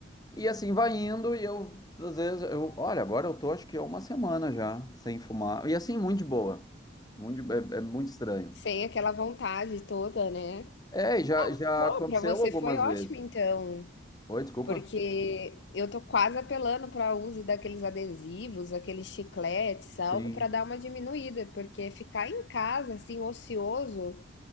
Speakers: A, on the left; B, on the left.
A: E assim vai indo, e eu, às vezes, eu, olha, agora eu tô, acho que há uma semana já, sem fumar. E assim, muito de boa. Muito, de- é, é muito estranho.
B: sem aquela vontade toda, né.
A: É, e já, já
B: Bom,
A: aconteceu
B: pra você
A: algumas
B: foi ótimo
A: vezes.
B: então.
A: Oi, desculpa?
B: Porque eu tô quase apelando para o uso daqueles adesivos, aqueles chicletes, algo
A: Sim.
B: para dar uma diminuída, porque ficar em casa, assim, ocioso,